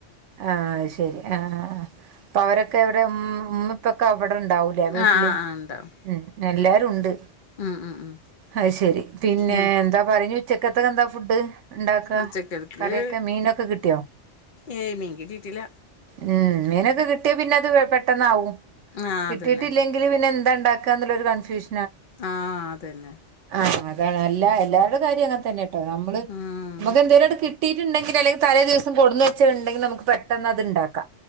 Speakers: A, on the right; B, on the left.
A: ആഹ് അഹ് ശെരി ആഹ് അഹ് അപ്പൊ അവരൊക്കെ ഇവിടെ ഉം ഉമ്മിപ്പൊക്കെ അവിടെ ഉണ്ടാവു എല്ലാ വീട്ടിലും
B: ആഹ് ആഹ് ആഹ് ഉണ്ടാവും
A: ഉം എല്ലാരും ഉണ്ട്
B: ഉം ഉം ഉം
A: അഹ് ശെരി പിന്നെ
B: ഉം
A: എന്താ പറഞ്ഞു ഉച്ചക്കത്തക്കെ എന്താ ഫുഡ് ഉണ്ടാക്ക
B: ഉച്ചക്കൽക്ക്
A: കറീക്കെ മീ മീനൊക്കെ കിട്ടിയോ
B: ഏഹ് മീങ്കിട്ടീട്ടില്ല
A: ഉം മീനൊക്കെ കിട്ടിയാ പിന്നെ അത് പെട്ടെന്നാവും
B: ആഹ്
A: കിട്ടിയിട്ടില്ലേ
B: അതന്നെ
A: ല്ലെങ്കില് പിന്നെന്താണ്ടാക്ക എന്നുള്ളൊരു കൺഫ്യൂഷ
B: ആഹ് അതന്നെ
A: ആഹ് അതാണ് അല്ല എല്ലാരുടെ കാര്യം അങ്ങൻതന്നാട്ടോ നമ്മള്
B: ഉം
A: നമുക്ക് എന്തേലും അട് കിട്ടി ണ്ടെങ്കിൽ അല്ലെങ്കിൽ തലേ ദിവസം കൊട്ന്ന് വെച്ച ഇണ്ടെങ്കി നമുക്ക് പെട്ടെന്ന് അത്ണ്ടാക്കാം